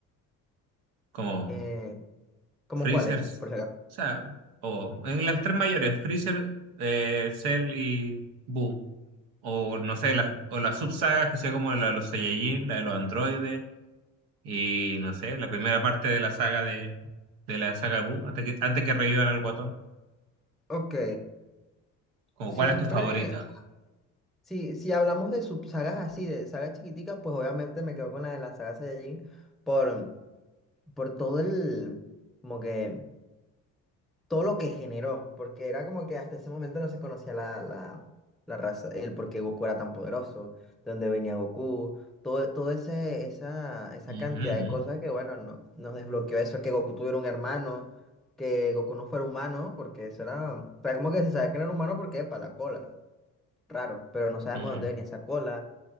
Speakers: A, on the right; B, in the centre.
A: Como
B: Eh, ¿cómo
A: Freezers,
B: cuáles? Por
A: o
B: si acaso.
A: sea, o en las tres mayores, Freezer, eh, Cell y Boo. O no sé, las, o las subsagas que sea como la de los Saiyajin, la de los androides, y no sé, la primera parte de la saga de, de la saga Boo, antes que, antes que revivan al guatón.
B: Ok,
A: Como,
B: siempre,
A: ¿cuál es tu favorita?
B: si, si hablamos de subsagas así, de sagas chiquiticas, pues obviamente me quedo con la de la saga Saiyajin por, por todo el, como que todo lo que generó, porque era como que hasta ese momento no se conocía la, la, la raza, el por qué Goku era tan poderoso, de dónde venía Goku, todo, todo ese, esa, esa
A: Ujú,
B: cantidad de cosas que, bueno, no, nos desbloqueó eso, que Goku tuviera un hermano, que Goku no fuera humano, porque eso era, o sea, como que se sabía que no era humano porque, para la cola, raro, pero no sabemos
A: ujú,
B: dónde venía esa cola.